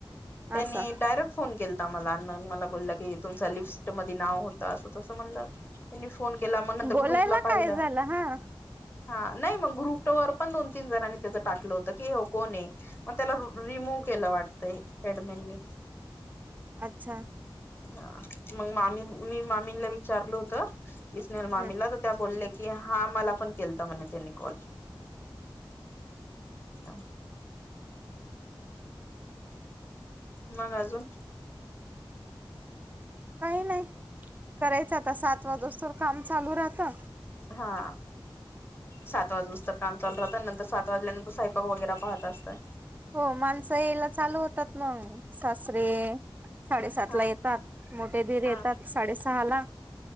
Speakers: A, on the left (about 25°); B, on the right (about 20°).
A: त्यांनी
B: असं
A: डायरेक्ट फोन केलता मला. मग मला बोलला की, तुमच लिस्ट मध्ये नाव होतं असं. तस म्हणल्यावर त्यांनी फोन केला मग नंतर
B: बोलायला
A: ग्रुपला पाहिलं.
B: काय झालं हा
A: हा नाही. मग ग्रुप वर पण दोन- तीन जणांनी त्याचं टाकलं होतं की ह्यो कोण आहे? मग त्याला रिमूव केलं वाटतंय एडमिननी.
B: अच्छा.
A: हा. मग मामी. मी मामींला विचारल होत. इ स्नेहल मामीला
B: हम्म
A: तर त्या बोलले की, हा मला पण केलता म्हणे त्यानी कॉल. हा. मग अजून?
B: काही नाही. करायच आता. सात वाजूस तोवर काम चालू राहतं.
A: हा. सात वाजूस तर काम चालू राहत. आणि नंतर सात वाजल्यानंतर स्वयपाक वगैरे पाहत असतात.
B: हो. माणसं यायला चालू होतात. मग सासरे, साडेसातला
A: हा
B: येतात. मोठे दीर येतात
A: हा
B: साडे सहाला